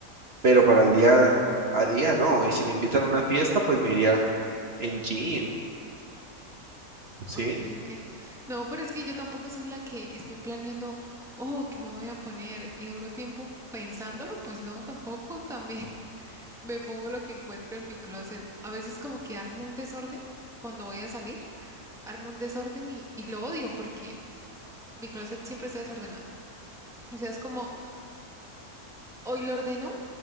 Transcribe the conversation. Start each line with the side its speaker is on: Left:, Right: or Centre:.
Right: pero para el día a día no. Y si me invitan a una fiesta pues me iría en jean, ¿sí?
Centre: Ok, ok. No, pero es que yo tampoco soy la que estoy planeando, oh, ¿qué me voy a poner? Y duro tiempo pensándolo, pues no, tampoco. También <laughs> me pongo lo que encuentro en mi closet. A veces como que armo un desorden cuando voy a salir, armo un desorden y, y lo odio porque mi closet siempre está desordenado. O sea, es como... hoy lo ordeno